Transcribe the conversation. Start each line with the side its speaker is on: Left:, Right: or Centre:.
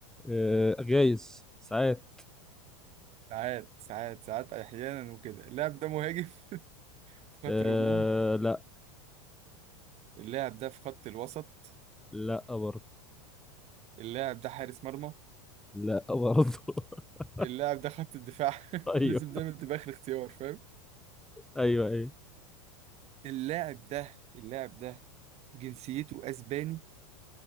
Centre: آه جايز ساعات
Right: ساعات ساعات ساعات احيانا وكده اللاعب ده مهاجم في خط
Centre: آه
Right: الهجوم
Centre: لا
Right: اللاعب ده في خط الوسط
Centre: لا برضه
Right: اللاعب ده حارس مرمى
Centre: لا برضه <laughs>
Right: اللاعب ده خط الدفاع <laughs>
Centre: ايوه
Right: لازم دايما تبقى اخر اختيار فاهم
Centre: ايوه ايوه
Right: اللاعب ده اللاعب ده جنسيته اسباني